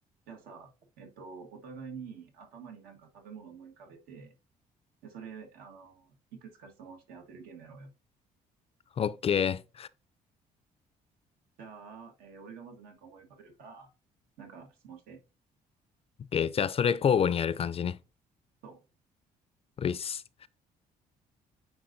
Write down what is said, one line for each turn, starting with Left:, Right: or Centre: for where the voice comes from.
Right: じゃあさ、えっと、お互いに頭になんか食べ物を思い浮かべて、で、それ、あの、いくつか質問して当てるゲームやろうよ。
Left: オッケ
Right: じゃあ、えー俺がまずなんか思い浮かべるから、なんか質問して。
Left: ー。オッケー。じゃあ、それ交互にやる感じね。
Right: そう。
Left: ういっす。